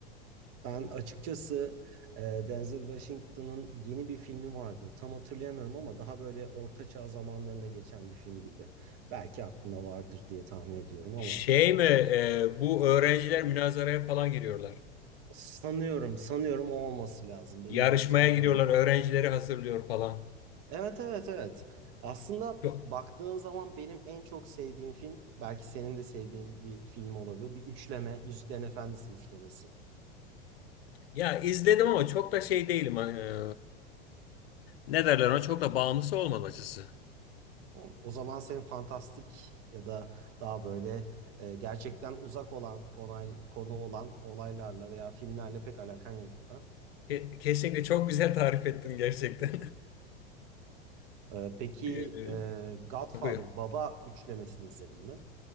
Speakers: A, on the right; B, on the left.
A: Ben açıkçası e, Denzel Washington'ın yeni bir filmi vardı. Tam hatırlayamıyorum ama daha böyle orta çağ zamanlarında geçen bir film gibi. Belki aklında vardır diye tahmin ediyorum ama
B: Şey mi e, bu öğrenciler münazaraya falan giriyorlar.
A: sanıyorum, sanıyorum o olması lazım. Benim
B: Yarışmaya
A: de hatırladığım
B: giriyorlar
A: gibi.
B: öğrencileri hazırlıyor falan.
A: Evet, evet, evet. Aslında
B: Çok,
A: baktığın zaman benim en çok sevdiğim film belki senin de sevdiğin bir film olabilir. Bir üçleme, Yüzüklerin Efendisi üçlemesi.
B: ya izledim ama çok da şey değilim. hani, e, ne derler ona çok da bağımlısı olmadım açısı.
A: Hı, O zaman senin fantastik ya da daha böyle e, gerçekten uzak olan konay, konu olan olaylarla veya filmlerle pek alakan yok gibi.
B: Ke- kesinlikle çok güzel tarif ettin gerçekten.
A: E, peki
B: <laughs>
A: e, Godfather
B: E, Buyur.
A: Baba üçlemesini izledin mi?